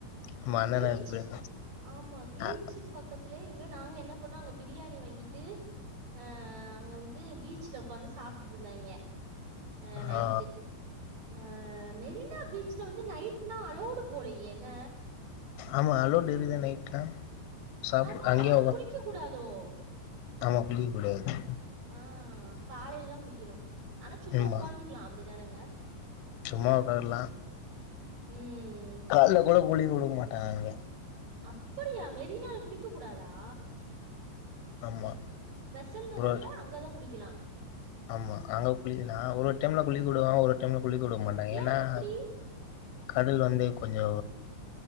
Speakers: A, on the left (about 85°); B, on the right (about 65°).
A: ஆமா
B: இந்த
A: அண்ணா
B: பீச்
A: நகர் போய்
B: ஆமா பீச்
A: ஆ
B: பக்கத்திலயே இங்க நாங்க என்ன போனா அங்க பிரியாணி வாங்கிட்டு அ அங்க வந்து பீச்சல உக்காந்து சாப்ட்டுட்டு இருந்தாய்ங்கே அ நைட்டு
A: ஆ
B: அ மெரினா பீச்ல வந்து நைட்னா அலோடு போலயே என்ன
A: ஆமா அலோடு இருக்கு தான நைட்லா சாப்பு
B: அதா
A: அங்கயே
B: ஆனா
A: உக்கா
B: குளிக்க கூடாதோ <inaudible>
A: ஆமா குளிக்க கூடாது
B: ஆ காலையிலதா குளிக்கணு ஆனா சும்மா
A: ஆமா
B: ஒக்காந்துக்கலா அப்டின் தானங்க
A: சும்மா உக்காறலா
B: உம்
A: கால்ல கூட கூலி குடுக்க மாட்டாங்க அங்க
B: அப்படியா மெரினால குளிக்க கூடாதா
A: ஆமா
B: பெசன் நகர்ல
A: ஒரு
B: அங்கதா குளிக்கலா
A: ஆமா அங்க குளிக்கலா ஒரு ஒரு டைம்ல குளிக்கவுடுவாங்க ஒரு ஒரு டைம்ல குளிக்கவுடமாட்டாங்க
B: ஏன்
A: ஏனா
B: அப்டி?
A: அது கடல் வந்து கொஞ்சோ